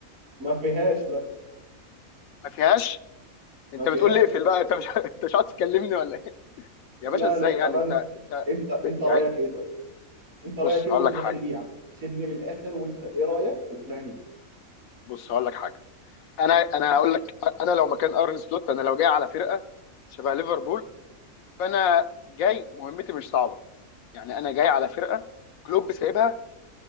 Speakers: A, on the right (about 70°); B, on the left (about 75°).
A: ما فيهاش لا
B: ما فيهاش انت
A: ما فيهاش
B: بتقول لي اقفل
A: لا
B: بقى انت مش <laughs> انت مش عايز تكلمني ولا ايه يا
A: لا
B: باشا ازاي
A: لا طب
B: يعني
A: أنا
B: انت انت
A: أنت أنت
B: ب... يعني
A: رأيك إيه طيب أنت رأيك
B: بص
A: إيه
B: هقول
A: واقنعني
B: لك حاجه
A: بيه يا عم سيبني للآخر وأنت إيه رأيك واقنعني بيه
B: بص هقول لك حاجه انا انا
A: ماشي
B: هقول لك انا لو مكان ارن سلوت انا لو جاي على فرقه شبه ليفربول فانا جاي مهمتي مش صعبه يعني انا جاي على فرقه كلوب سايبها